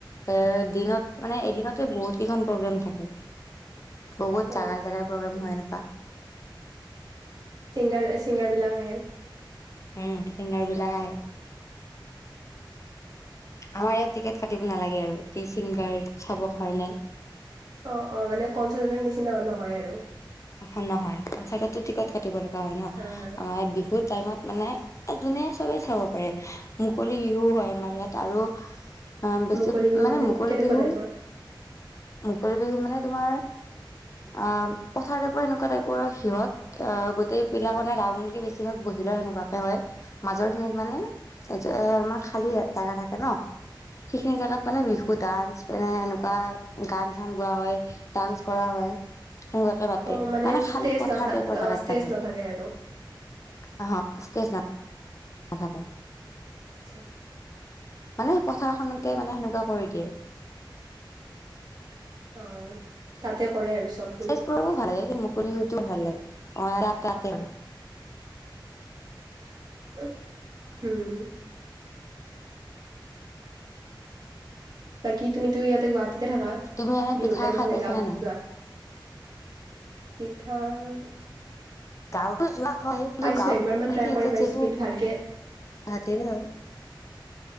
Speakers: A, on the left; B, on the right.
A: এ, দিনত মানে এদিনতে বহুত কেইখন প্ৰগ্ৰেম থাকে। বহুত
B: অ
A: জাগাই জাগাই প্ৰগ্ৰেম হয় এনেকুৱা।
B: চিংগাৰ এ, চিংগাৰ বিলাক আহে।
A: উম, ছিংগাৰবিলাক আহে। আমাৰ ইয়াত টিকেট কাটিব নালাগে আৰু তি চিংগাৰ চাবৰ কাৰণে।
B: অ', অ', মানে কনচাৰ্টৰ নিচিনা নহয় আৰু।
A: অ', নহয় কনচাৰ্টটো টিকট কাটিব লগা হয় ন,
B: হা হা
A: আমাৰ বিহুৰ টাইমত মানে এ, যোনে চবেই চাব পাৰে, মুকলি বিহু হয় আমাৰ ইয়াত আৰু অ', বেছি
B: মুকলি বিহু
A: মানে, মুকলি
B: কেনেকুৱা
A: বিহু
B: টাইপৰ
A: মুকলি বিহু মানে তোমাৰ আ পথাৰ টাইপৰ সেনেকুৱা টাপইৰ সিহঁত অ গোটেইবিলাক মানে ৰাউণ্ডকে বেছিভাগ বহি লয় সেনেকুৱাকে হয়। মাজৰখিনিত মানে এ যে আমাৰ খালী জাগা থাকে ন সেইখিনি জাগাত মানে বিহু ডান্স মানে এনেকুৱা গান চান গোৱা হয়। ডান্স কৰা হয় সেনেকুৱাকে পাতে
B: অ
A: মানে খালী
B: ষ্টেজ
A: পথাৰ
B: নাথা
A: টাইপৰ
B: অ
A: জাগাত
B: ষ্টেজ
A: পাতে।
B: নাথাকে আৰু
A: অহ ষ্টেজ না নাথাকে।
B: আচ্ছা
A: মানে পথাৰখনতে মানে সেনেকুৱা কৰি দিয়ে।
B: অ তাতে কৰে আৰু চবখিনি
A: ষ্টেজ বিহুবোৰো ভালেই লাগে মুকলি বিহুটোও ভাল লাগে অ ৰা তা তাতে হয়
B: উম হুম বাকী তুমিতো ইয়াতে গুৱাহাটীতে থাকা
A: তুমি এনে পিঠা
B: বিহুৰ টাইমত
A: খাই পাইছানে
B: নে গাঁৱত
A: নাই
B: যোৱা। পিঠাৰ
A: গাঁওটো যোৱা হয় কিন্তু
B: পাইছো
A: গাঁওত
B: একবাৰ মান
A: মানে
B: ট্ৰাই
A: কি
B: কৰি
A: এতিয়া
B: পাইছো
A: যিহেতু
B: কিন্তু ভালকে
A: গুৱাহাটীৰ হয়।